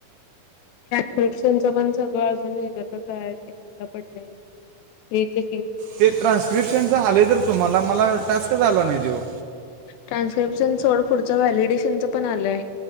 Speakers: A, on the left (about 85°); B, on the right (about 75°).
A: <unintelligible> पण सगळं अजून हेच्यातच आहे चेकिंग ला पडलं हे चे
B: ते ट्रान्स्क्रिप्शनचं आले तर तुम्हाला मला टास्क झाला नाही तो
A: ट्रान्स्क्रिप्शन सोड पुढचं व्हॅलिडेशनचं पण आलंय.